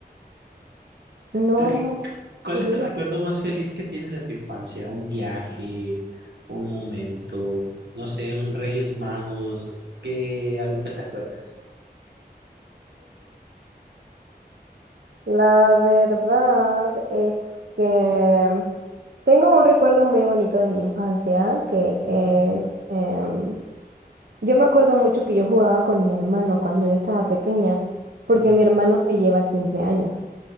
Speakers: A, on the right; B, on the right.
A: No
B: ¿Tú qué-
A: más
B: ¿Cuál
A: seguro.
B: es el recuerdo más feliz que tienes de tu infancia? ¿Un viaje, un momento, no sé, un Reyes Magos? ¿Qué, algo que te acuerdas?
A: La verdad es que tengo un recuerdo muy bonito de mi infancia, que
B: Ujú.
A: es, em, yo me acuerdo mucho que yo jugaba con mi hermano cuando yo estaba pequeña, porque
B: Sí.
A: mi hermano me lleva 15 años.